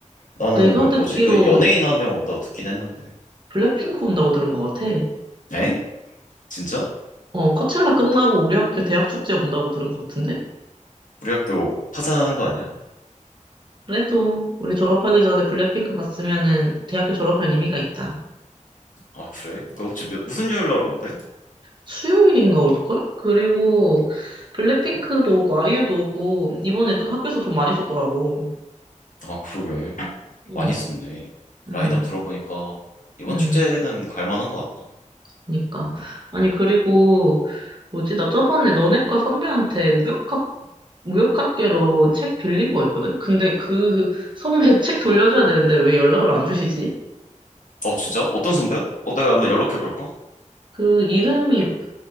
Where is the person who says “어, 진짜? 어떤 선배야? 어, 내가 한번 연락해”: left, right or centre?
Left